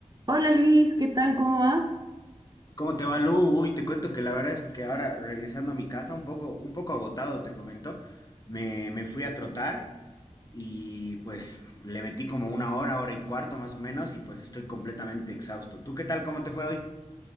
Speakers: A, on the right; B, on the left.
A: Hola Luis, ¿qué tal? ¿Cómo vas?
B: ¿Cómo te va, Lu? Uy, te cuento que la verdad es que ahora regresando a mi casa, un poco, un poco agotado, te comento, me, me fui a trotar y pues le metí como una hora, hora y cuarto más o menos y pues estoy completamente exhausto. ¿Tú qué tal? ¿Cómo te fue hoy?